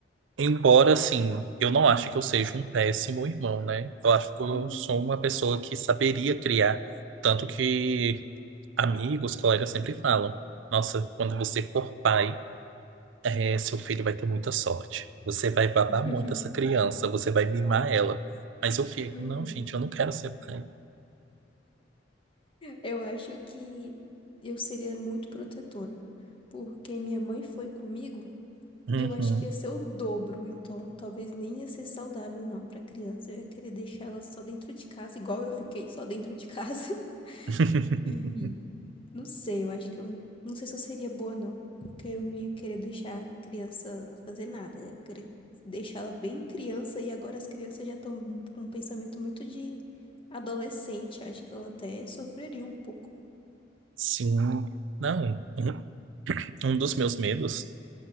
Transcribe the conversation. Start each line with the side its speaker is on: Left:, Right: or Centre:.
Right: Embora, assim, eu não acho que eu seja um péssimo irmão, né? Eu acho que eu
Left: Uhum.
Right: sou uma pessoa que saberia criar. Tanto que Amigos, colegas sempre falam: Nossa, quando você for pai, eh, seu filho vai ter muita sorte. Você vai babar
Left: <laughs>
Right: muito essa criança, você vai mimar ela. Mas eu fico:
Left: Uhum.
Right: Não, gente, eu não quero ser pai.
Left: Eu acho que eu seria muito protetora, porque minha mãe foi comigo.
Right: Uhum.
Left: E eu acho que ia ser o dobro, então talvez nem ia ser saudável não para criança. Eu ia querer deixar ela só dentro de casa, igual eu fiquei só dentro de casa. <laughs>
Right: <laughs>
Left: E não sei, eu acho que eu não sei se eu seria boa não, porque eu não ia querer deixar a criança fazer nada. Eu ia querer deixar ela bem criança e agora as crianças já estão com um pensamento muito de adolescente. Acho que ela até sofreria um pouco.
Right: Sim, não. Um um dos meus medos